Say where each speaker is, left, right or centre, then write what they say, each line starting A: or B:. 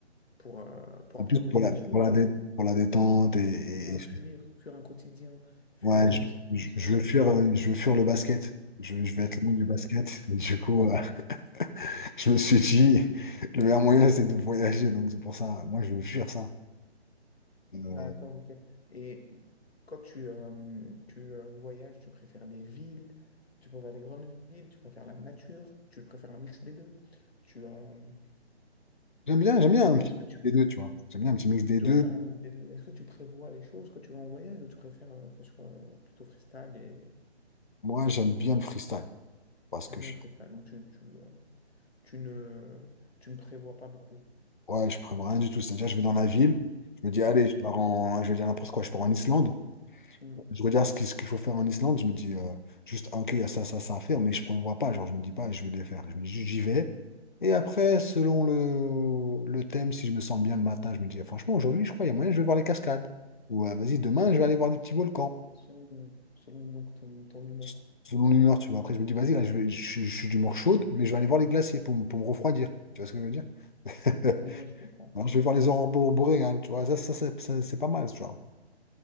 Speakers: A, on the left (about 65°); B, on the left (about 45°).
A: pour, euh, pour
B: C'est
A: apprendre
B: plus pour
A: de nouvelles
B: la,
A: choses,
B: pour la, dé- pour la détente et,
A: ou pour
B: et- et
A: fuir, fuir un quotidien, fuir
B: ouais,
A: une
B: je,
A: situation
B: je, je
A: qui
B: veux fuir,
A: te...
B: euh, je veux fuir le basket. Je, je vais être
A: <clears throat>
B: loin du basket. <laughs> Du coup, euh, <laughs> je me suis dit, le meilleur moyen, c'est de voyager. Donc, c'est pour ça, moi, je veux fuir ça. Euh,
A: D'accord, ok. Et quand tu, euh, tu euh, voyages, tu préfères les villes, tu préfères les grandes villes, tu préfères la nature, tu préfères un mix des deux. Tu, euh,
B: j'aime bien, j'aime bien
A: euh,
B: un petit
A: est-ce
B: mix
A: que tu
B: des deux, tu vois. J'aime bien un petit mix des
A: Tu
B: deux.
A: vas faire un mix des deux. Est-ce que tu prévois les choses quand tu vas en voyage ou tu préfères euh, que ce soit euh, plutôt freestyle et
B: Moi, j'aime bien le freestyle parce
A: t'aimes
B: que
A: bien
B: je,
A: le freestyle? Donc tu, tu, euh, tu ne, tu ne prévois pas beaucoup.
B: ouais, je prévois rien du tout. C'est-à-dire, je vais dans la ville, je me dis, allez,
A: Hmm,
B: je pars en, je vais dire n'importe quoi, je pars en Islande.
A: hmm.
B: Je regarde ce qu'il ce qu'il faut faire en Islande, je me dis euh, juste, ah, ok, il y a ça, ça, ça à faire, mais je ne prévois pas, genre, je me dis pas, je vais les faire. Je me dis juste, j'y vais. Et après, selon le, le thème, si je me sens bien le matin, je me dis, ah, franchement, aujourd'hui, je crois, il y a moyen, je vais voir les cascades. Ou ah, vas-y, demain, je vais aller voir des petits volcans.
A: Ok, ok, selon, selon donc ton, ton humeur.
B: S- Selon l'humeur, tu vois. Après, je me dis, vas-y, là, je, vais- je, suis je suis d'humeur chaude, mais je vais aller voir les glaciers pour, me- pour me refroidir. Tu vois ce que je veux dire? <laughs>
A: Ouais, je comprends.
B: Alors, je vais voir les aurores boré- boréales, tu vois. Ça, ça, ça- ça, c'est pas mal, tu vois.